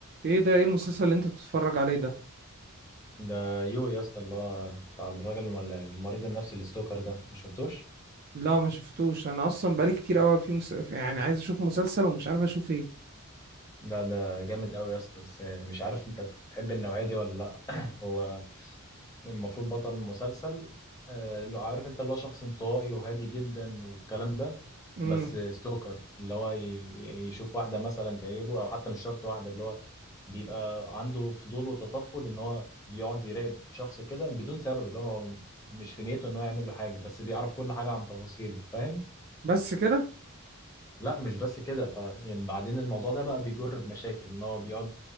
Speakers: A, on the right; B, on the left.
A: ايه ده ايه المسلسل اللي انت بتتفرج عليه ده
B: ده يو يا اسطى اللي هو بتاع الراجل الم- المريض النفسي اللي ستوكر ده مش شفتوش
A: لا ما شفتوش انا اصلا بقالي كتير قوي في مس... يعني عايز اشوف مسلسل ومش عارف اشوف ايه
B: ده ده جامد قوي يا اسطى بس مش عارف انت تحب النوعيه دي ولا لا <clears throat> هو المفروض بطل المسلسل آه، اللي هو عارف انت اللي هو شخص انطوائي وهادي جدا والكلام ده
A: امم
B: بس ستوكر اللي هو ي- يشوف واحده مثلا تعجبه او حتى مش شرط واحده اللي هو بيبقى عنده فضول وتطفل ان هو بيقعد يراقب شخص كده بدون سبب اللي هو مش في نيته ان هو يعمل له حاجه بس بيعرف كل حاجه عن تفاصيله فاهم
A: بس كده
B: لا مش بس كده ف يعني بعدين الموضوع ده بقى بيجر بمشاكل ان هو بيقعد